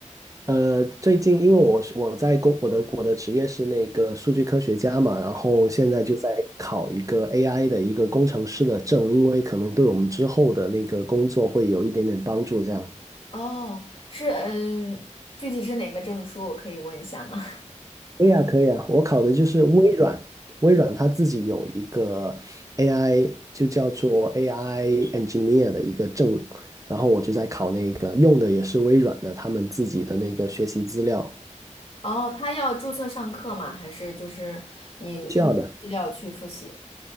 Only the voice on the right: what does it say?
呃，最近因为我是我在工我的我的职业是那个数据科学家嘛，然后现在就在考一个 AI 的一个工程师的证，因为可能对我们之后的那个工作会有一点点帮助，这样。
可以啊，可以啊，我考的就是微软，微软它自己有一个 AI，就叫做 AI engineer 的一个证，然后我就在考那个，用的也是微软的他们自己的那个学习资料，
需要的，